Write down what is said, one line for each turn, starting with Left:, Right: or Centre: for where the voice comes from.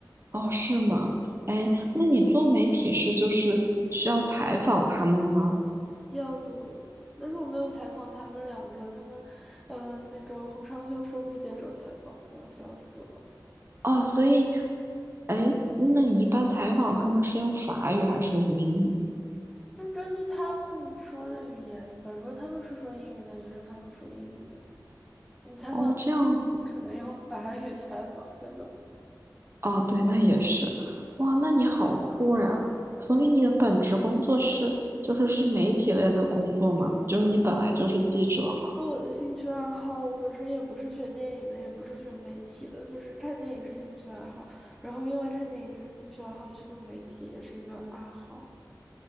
Right: 哦，是吗？哎，那你做媒体是就是需要采访他们吗？
Centre: 要的。但是我没有采访他们两个，他们，嗯呃，那个洪尚秀说不接受采访，我笑死了。
Right: 哦，所以，哎，那你一般采访他们是用法语还是用英语？
Centre: 就是根据他们说的语言吧，如果他们是说英语，那就跟他们说英语。你采访自己可能用法语采访，
Right: 哦，这样，
Centre: 对吧？
Right: 哦，对，那也是，哇，那你好酷呀！所以你的本职工作是就是是媒体类的工作吗？就是你本来就是记者吗？
Centre: 那我的兴趣爱好，我本身也不是学电影的，也不是学媒体的，就是看电影是兴趣爱好。然后因为看电影这个兴趣爱好去做媒体也是一个爱好。